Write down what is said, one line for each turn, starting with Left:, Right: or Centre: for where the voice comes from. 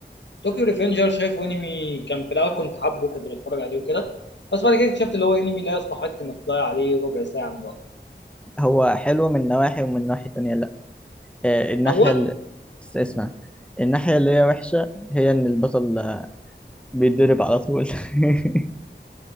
Left: طوكيو ريفنجر شايفه انمي كان في الاول كنت حابه كنت بتفرج عليه وكده بس بعد كده اكتشفت اللي هو انمي لا يستحق انك تضيع عليه ربع ساعه من وقتك
Centre: هو حلو من نواحي ومن ناحية تانية لأ آه الناحية
Left: اولا
Centre: اللي اسمع الناحية اللي هي وحشة هي إن البطل آه، بيتضرب على طول <laughs>